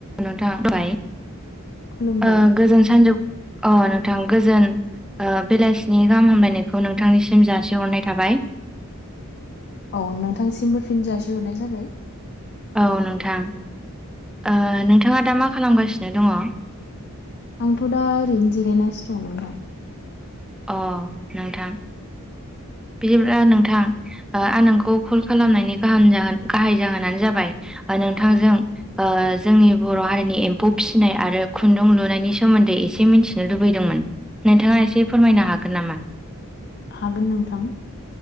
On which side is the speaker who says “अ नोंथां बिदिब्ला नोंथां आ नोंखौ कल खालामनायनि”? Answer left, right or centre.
Centre